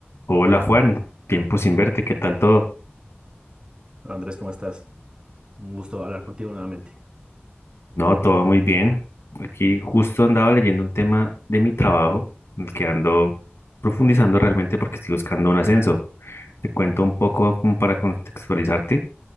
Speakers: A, on the left (about 80°); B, on the right (about 20°).
A: Hola Juan, tiempo sin verte, ¿qué tal todo?
B: Hola, Andrés, ¿cómo estás? Un gusto hablar contigo nuevamente.
A: No, todo muy bien. Aquí justo andaba leyendo un tema de mi trabajo, en el que ando profundizando realmente porque estoy buscando un ascenso. Te cuento un poco como para contextualizarte.